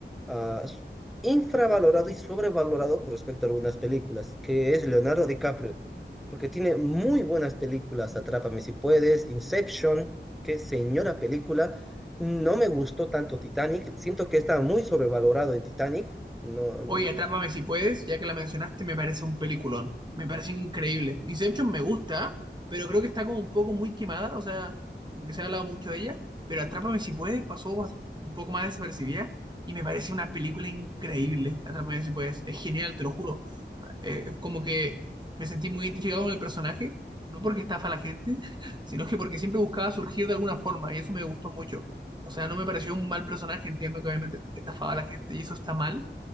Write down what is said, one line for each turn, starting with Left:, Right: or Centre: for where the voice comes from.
Centre: ah, s- infravalorado y sobrevalorado con respecto a algunas películas, que es Leonardo DiCaprio porque tiene muy buenas películas, Atrápame si puedes, Inception, qué señora película. No me gustó tanto Titanic, siento que está muy sobrevalorado en Titanic. No, n-
Right: Oye, Atrápame si puedes, ya que la mencionaste, me parece un peliculón. Me parece increíble. Inception me gusta, pero creo que está como un poco muy quemada, o sea, como que se ha hablado mucho de ella, pero Atrápame si puedes pasó bas- un poco más desapercibida y me parece una película increíble. Atrápame si puedes, es genial, te lo juro. Eh, es como que me sentí muy identificado con el personaje, no porque estafa a la gente, <laughs> sino que porque siempre buscaba surgir de alguna forma y eso me gustó mucho. O sea, no me pareció un mal personaje, entiendo que obviamente estafaba a la gente y eso está mal